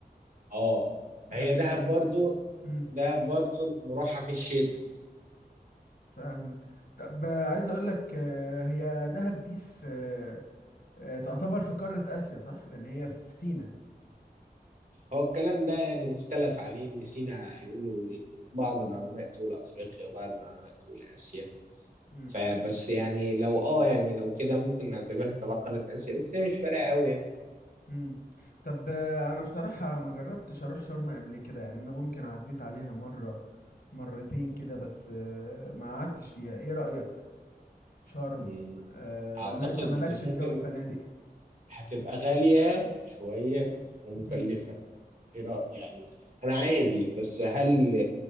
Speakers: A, on the right; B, on the left.
A: اه
B: يعني
A: فهي دهب برضو
B: مم.
A: دهب برضو نروحها في الشتاء
B: فاهمك طب آه، عايز اقول لك آه، هي دهب دي في آه، آه، تعتبر في قارة آسيا صح لان هي في سينا
A: هو الكلام ده يعني مختلف عليه ان سينا يقولوا بعض العلماء تقول افريقيا وبعض العلماء تقول اسيا
B: امم
A: فبس يعني لو اه يعني لو كده ممكن نعتبرها تبع قارة اسيا بس هي مش فارقة قوي يعني
B: امم طب آه، انا بصراحة ما جربتش اروح شرم قبل كده يعني انا ممكن عديت عليها مرة مرتين كده بس آه، ما قعدتش فيها ايه رأيك شرم
A: مم.
B: آه،
A: اعتقد
B: ولا انت مالكش
A: ممكن
B: في جو الفنادق
A: هتبقى غالية شوية ومكلفة
B: مم.
A: ايه رأيك يعني انا عادي بس هل